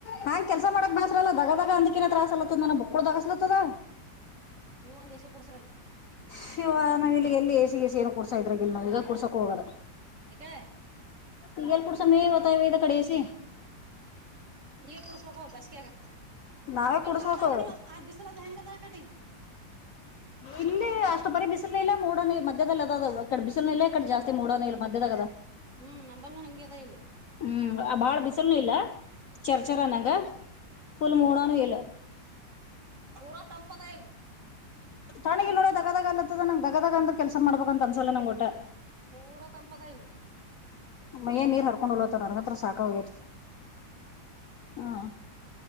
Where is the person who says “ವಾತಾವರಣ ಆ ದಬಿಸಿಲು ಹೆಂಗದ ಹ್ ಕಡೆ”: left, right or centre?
Right